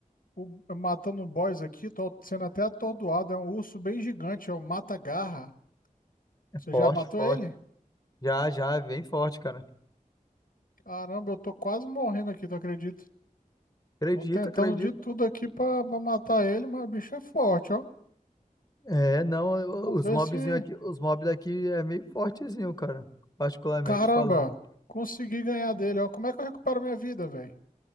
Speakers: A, on the left; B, on the left.
A: o- matando um boss aqui. Tô sendo até atordoado. É um urso bem gigante. É um mata-garra. Você
B: Forte,
A: já matou
B: forte.
A: ele?
B: Já, já, é bem forte, cara.
A: Caramba, eu tô quase morrendo aqui, tu acredita?
B: Acredito,
A: Tô tentando
B: acredito.
A: de tudo aqui pra, pra matar ele, mas o bicho é forte, ó.
B: É, não, eu-
A: Vamos
B: os
A: ver
B: mobzinho
A: se.
B: aqui, os mobs daqui é meio fortezinho, cara, particularmente
A: Caramba,
B: falando.
A: consegui ganhar dele, ó. Como é que eu recupero minha vida, velho?